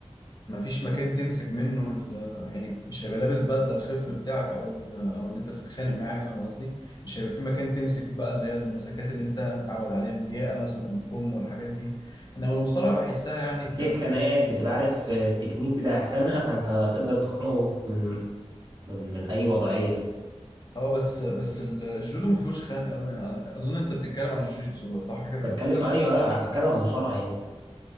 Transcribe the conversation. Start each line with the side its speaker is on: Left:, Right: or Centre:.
Left: مفيش مكان تمسك منه ال- يعني مش هيبقى لابس بدله الخصم بتاعك او ال- او اللي انت بتتخانق معاه فاهم قصدي مش هيبقى في مكان تمسك بقى اللي هي المسكات اللي انت متعود عليها من الياقه مثلا ومن الكم والحاجات دي انما المصارعه بحسها يعني انت
Right: في خناقات بتبقى عارف آه، التكنيك بتاع الخنقة فانت هتقدر تخنقه من من من اي وضعية
Left: اه بس بس الجودو ما فيهوش خنق قوي يعني اظن انت بتتكلم عن الجوجيتسو صح كده
Right: بتكلم ايوه ايوه بتكلم عن المصارعة يعني